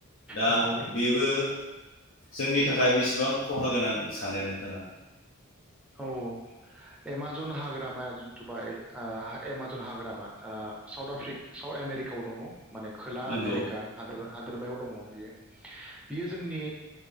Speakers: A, on the left (about 60°); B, in the centre.
A: दा
B: नंगौ
A: बेबो जोंनि थाखाय बेसेबां खहा गोनां सानो नोंथाङा
B: औ एमाजना हाग्रामाया जिथुबा ओ एमाजन हाग्रामा ओ साउथ आफरि साउथ आमेरिकायाव दङ' माने खोला
A: नंगौ
B: आमेरिका हादोरमायाव दङ' बियो बियो जोंनि